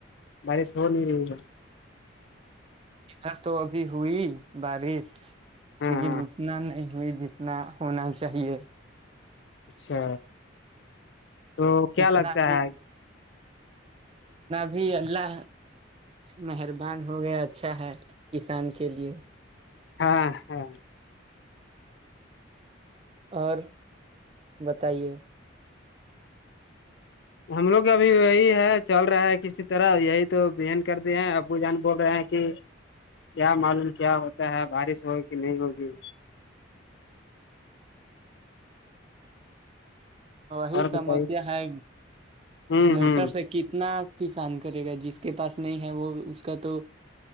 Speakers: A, on the left; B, on the right.
A: بارش ہو نہیں رہی ہے
B: ادھر تو ابھی ہوئی بارش
A: ہے ہاں
B: لیکن
A: ہاں
B: اتنا نہیں ہوئی جتنا ہونا چاہیے
A: اچھا تو کیا
B: اتنا
A: لگتا
B: بھی
A: ہے
B: ابھی اللہ مہربان ہو گیا اچھا ہے کسان کے لیے
A: ہاں ہاں
B: اور بتائیے
A: ہم لوگ ابھی وہی ہے چل رہا ہے کسی طرح یہی تو بہن کر دی ہیں ابو جان بول رہے ہیں کہ کیا معلوم کیا ہوتا ہے بارش ہوگی کہ نہیں ہوگی
B: وہی
A: اور
B: سمسیا
A: بتائیے
B: ہے
A: ہوں
B: موٹر
A: ہوں
B: سے کتنا کسان کرے گا جس کے پاس نہیں ہے وہ اس کا تو